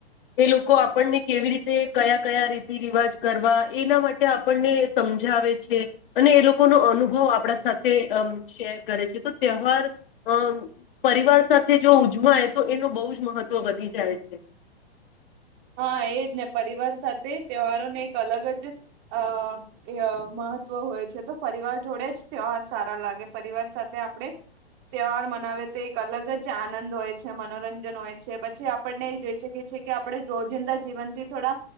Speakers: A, on the left; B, on the right.
A: એ લોકો આપ પણને કેવી રીતે કયા-કયા રીતિ રિવાજ કરવા એના માટે આપણને એ સમજાવે છે, અને એ લોકોનો અનુભવ આપણા સાથે અમ શેર કરે છે તો તહેવાર અહ પરિવાર સાથે જો ઉજવાય તો એનું બહુ જ મહત્ત્વ વધી જાય છે.
B: હા એ જ ને પરિવાર સાથે તહેવારોને એક અલગ જ અહ ય મહત્વ હોય છે, તો પરિવાર જોડે જ તહેવાર સારા લાગે. પરિવાર સાથે આપણે તહેવાર મનાવે તો એક અલગ જ આનંદ હોય છે, મનોરંજન હોય છે, પછી આપણને જોઈ શકીએ છીએ કે આપણે રોજિંદા જીવનથી થોડા